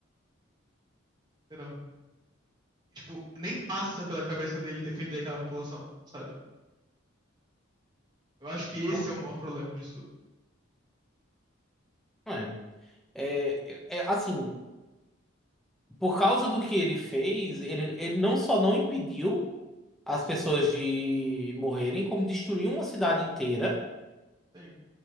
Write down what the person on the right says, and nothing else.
Entendeu? Tipo, nem passa pela cabeça dele defender aquela população, sabe? Eu acho que esse
é o maior problema disso tudo.
Sim,